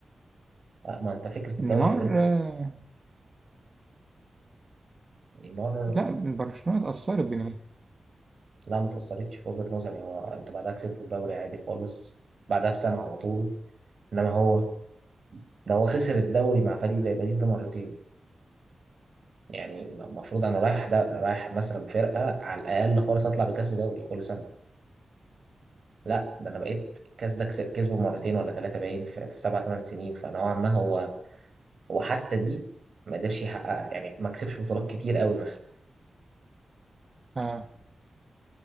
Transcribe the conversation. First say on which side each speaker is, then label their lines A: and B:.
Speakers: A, on the right; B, on the right.
A: لا ما انت فكرة
B: نيمار
A: الدوري الفرنسي
B: آه
A: نيمار
B: لا برشلونة اتأثرت بنيمار
A: لا ما اتأثرتش في وجهة نظري هو انتوا بعدها كسبتوا الدوري عادي خالص بعدها بسنة على طول انما هو ده هو خسر الدوري مع فريق زي باريس ده مرتين يعني المفروض انا رايح ده رايح مثلا فرقة على الاقل خالص اطلع بكاس ودوري كل سنة لا ده انا بقيت الكاس ده كس- كسبه مرتين ولا ثلاثه باين في, في سبع ثمان سنين فنوعا ما هو هو حتى دي ما قدرش يحققها يعني ما كسبش بطولات كتير قوي مثلا
B: آه